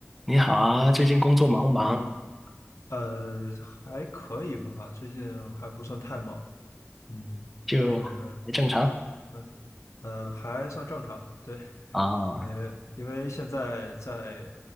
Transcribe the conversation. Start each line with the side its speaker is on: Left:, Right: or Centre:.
Centre: 你好啊，最近工作忙不忙？
Left: 嗯呃，还可以吧，最近还不算太忙，嗯，
Centre: 就还正常
Left: 就是嗯呃还算正常，对，
Centre: 啊
Left: 呃，因为现在在，